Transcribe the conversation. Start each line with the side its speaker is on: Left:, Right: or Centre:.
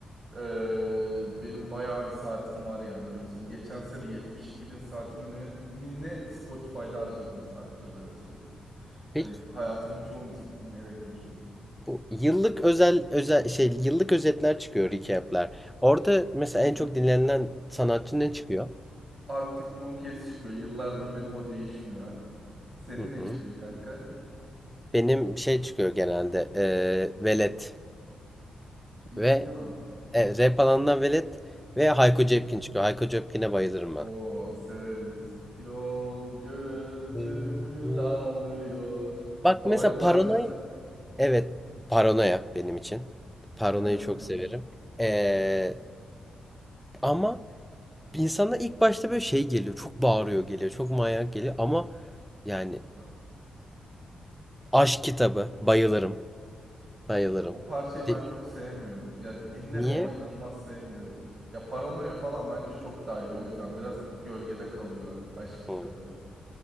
Right: Ee, benim bayağı bir saatim var yani öyle söyleyeyim. Geçen sene 72 bin saatimi ne, mi ne Spotify'da harcadım sadece öyle söyleyeyim.
Centre: Peki
Right: Hani hayatımın çoğu müzik dinleyerek geçiyor.
Centre: bu yıllık özel özel şey yıllık özetler çıkıyor recap'ler. Orada mesela en çok dinlenilen sanatçı ne çıkıyor?
Right: Arctic Monkeys çıkıyor. Yıllardır benim o değişmiyor. Senin
Centre: Hı
Right: ne
Centre: hı.
Right: çıkıyor kanka?
Centre: Benim şey çıkıyor genelde eee Velet
Right: Ciddi
Centre: ve
Right: mi?
Centre: e, rap alanından Velet ve Hayko
Right: Hı.
Centre: Cepkin çıkıyor. Hayko Cepkin'e bayılırım
Right: Oo
Centre: ben.
Right: severiz. Yol gözümü
Centre: Eee,
Right: dağılıyor.
Centre: Bak
Right: Favori
Centre: mesela
Right: parçası
Centre: Paranoia
Right: ne?
Centre: Evet,
Right: Hı?
Centre: paranoya benim için. Paranoyayı
Right: Aynen
Centre: çok
Right: bu.
Centre: severim. Ee,
Right: Hı hı.
Centre: ama insana ilk başta böyle şey geliyor. Çok bağırıyor geliyor. Çok manyak geliyor. Ama yani
Right: Yok abi.
Centre: aşk kitabı. Bayılırım. Bayılırım.
Right: O parçayı
Centre: Di-
Right: ben çok sevmiyorum. Ya dinlerim
Centre: Niye?
Right: ama inanılmaz sevmiyorum. Ya Paranoya falan bence çok daha iyi. O yüzden biraz gölgede kalıyor aşk kitabı.
Centre: Hı,